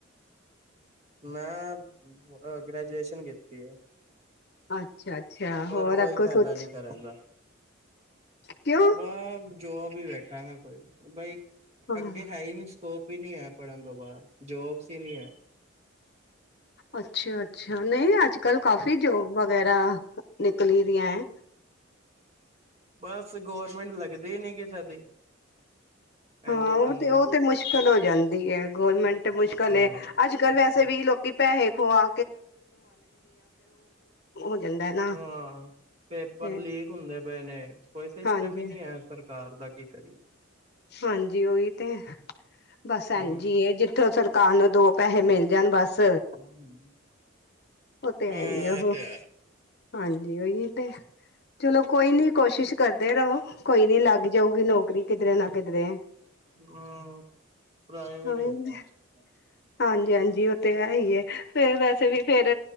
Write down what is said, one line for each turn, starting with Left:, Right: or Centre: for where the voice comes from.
Right: ਮੈਂ ਗ੍ਰੈਜੂਏਸ਼ਨ ਕੀਤੀ ਐ।
Left: ਅੱਛਾ <inaudible>
Right: ਪਰ
Left: ਹੋਰ
Right: ਕੋਈ
Left: ਅੱਗੋਂ
Right: ਫਾਇਦਾ
Left: ਸੋਚ
Right: ਨਹੀਂ ਕਰਨਦਾ।
Left: ਕਿਉਂ
Right: ਬ <inaudible> ਜੋਬ ਹੀ ਵੇਖਾਂਗਾ ਕੋਈ, ਬਾਈ
Left: ਹਾਂ
Right: ਅੱਗੇ ਹੈ ਹੀ ਨੀ, ਸਕੋਪ। ਵੀ ਨੀ ਹੈ ਪੜ੍ਹਨ ਤੋਂ ਬਾਅਦ, ਜੋਬਸ ਹੀ ਨੀ ਹੈ।
Left: ਅੱਛਾ -ਅੱਛਾ, ਨਹੀਂ ਅੱਜ- ਕੱਲ ਕਾਫੀ ਜੋਬ ਵਗੈਰਾ ਨਿਕਲੀ ਦੀਆਂ ਐੰ
Right: ਬਸ ਗੌਰਮੈਂਟ ਲੱਗਦੇ ਨੀ ਕਿ, ਸਜ ਦੀ। <inaudible>
Left: ਹਾਂ,
Right: ਇੰਨੀ ਆਸਾਨੀ
Left: ਉਹ ਤੇ
Right: ਨਾਲ
Left: ਉਹ ਤੇ ਮੁਸ਼ਕਿਲ ਹੋ ਜਾਂਦੀ ਏ। ਗੌਰਮੈਂਟ ਮੁਸ਼ਕਿਲ
Right: ਹਾਂ
Left: ਹੈ। ਅੱਜ- ਕੱਲ੍ਹ ਵੈਸੇ ਵੀ ਲੋਕੀ ਪੈਹੇ ਖੁਆ ਹੋ ਜਾਂਦਾ ਹੈ ਨਾ
Right: ਹਾਂ ਪੇਪਰ
Left: ਤੇ
Right: ਲੀਕ ਹੁੰਦੇ ਪਏ ਨੇ, ਕੋਈ ਸਿਸਟਮ
Left: ਹਾਂਜੀ
Right: ਹੀ ਨਹੀ ਹੈ, ਸਰ ਕਾਰ ਦਾ ਕੀ ਕਰੀਏ।
Left: ਹਾਂਜੀ ਉਹੀ ਤੇ, ਬਸ ੲੈੰਜੀ
Right: ਹਮ
Left: ਏ ਜਿੱਥੋਂ ਸਰਕਾਰ ਨੂੰ ਦੋ ਪੈਹੇ ਮਿਲ ਜਾਨ ਬੱਸ।
Right: ਹਾਂ
Left: ਉਹ ਤੇ ਹੈਈ
Right: ਇਹ
Left: ਆ
Right: ਤੇ ਹੈ
Left: ਹਾਂਜੀ, ਉਹੀ ਤੇ ਚਲੋ ਕੋਈ ਨੀ ਕੋਸ਼ਿਸ਼ ਕਰਦੇ ਰਹੋ, ਕੋਈ ਨੀ ਲੱਗ ਜਾਊਗੀ ਨੌਕਰੀ ਕਿਧਰੇ ਨਾ ਕਿਧਰੇ।
Right: ਹਾਂ ਪ੍ਰਾਈਵੇਟ
Left: ਹੀ
Right: ਵੇਖਾਂਗੇ
Left: ਹਾਂਜੀ-ਹਾਂਜੀ ਉਹ ਤੇ ਹੈ ਹੀ ਫਿਰ ਵੈਸੇ ਵੀ ਫਿਰ